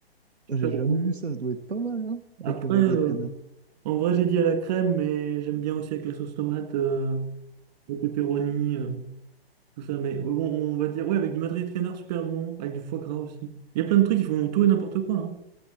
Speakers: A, on the right (about 40°); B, on the right (about 85°).
A: Super
B: Moi, J'ai jamais
A: bon.
B: vu ça. Ça doit être pas mal, hein?
A: Après,
B: Avec le magret
A: euh,
B: de canard.
A: en vrai j'ai dit à la crème, mais j'aime bien aussi avec la sauce tomate, euh, le pepperoni. euh, Tout ça, mais bon, on va dire, ouais, avec du madrier de canard, super bon, avec du foie gras aussi. Il y a plein de trucs qui font tout et n'importe quoi, hein.